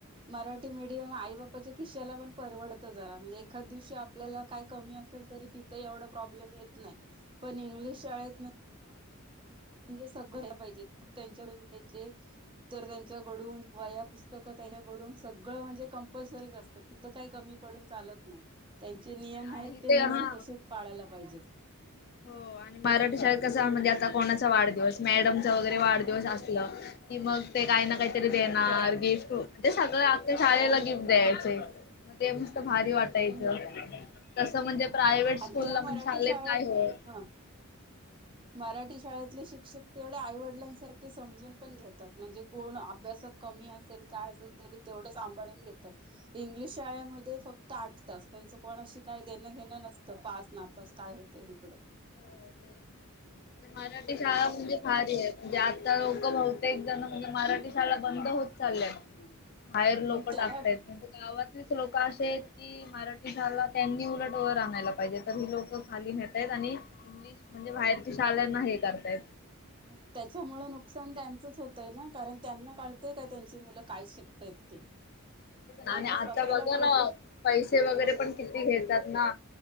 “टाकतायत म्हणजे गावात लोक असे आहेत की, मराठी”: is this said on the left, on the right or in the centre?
Left